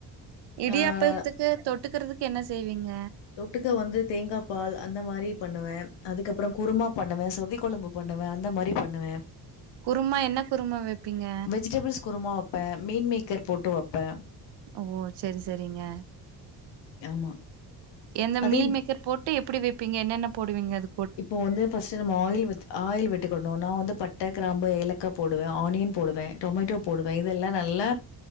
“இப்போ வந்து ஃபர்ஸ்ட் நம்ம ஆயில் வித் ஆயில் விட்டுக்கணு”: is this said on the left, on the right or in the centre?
Left